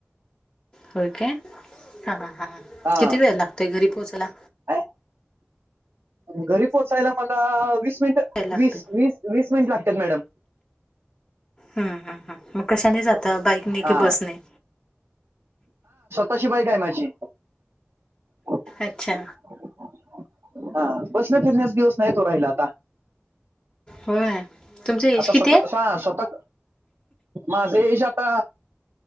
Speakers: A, on the left (about 20°); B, on the right (about 75°).
A: होय काय,, हा हा हा,
B: हा
A: किती वेळ लागतोय घरी पोहोचायला?
B: काय, घरी पोहोचायला मला वीस मिनिटं
A: वेळ लागतोय?
B: वीस वीस वीस मिनिटं लागत्यात मॅडम.
A: हम्म हम्म हम्म, मग कशाने जाता, बाईकने
B: हा
A: कि बसने?
B: तशी बाईक हाय माझी. हां,
A: अच्छा.
B: बसणं फिरण्याचं दिवस नाहित ओ राहिलं आता.
A: होय. तुमचं एज
B: आता
A: किती
B: स्वतः
A: आहे?
B: हां स्वत माझ ऐज आता.